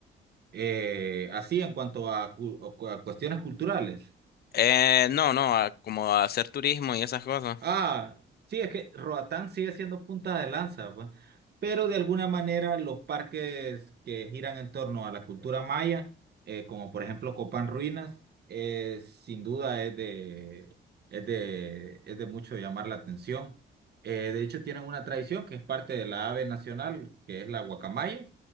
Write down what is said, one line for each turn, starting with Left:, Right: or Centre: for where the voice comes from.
Right: Eh, así en cuanto a, cu- a cuestiones culturales.
Left: Eh, no, no, a- como hacer turismo y esas cosas.
Right: Ah, sí, es que Roatán sigue siendo punta de lanza, pues. Pero de alguna manera los parques que giran en torno a la cultura maya, eh, como por ejemplo Copán Ruinas, eh, sin duda es de, es de, es de mucho llamar la atención. Eh, de hecho, tienen una tradición que es parte de la ave nacional, que es la guacamaya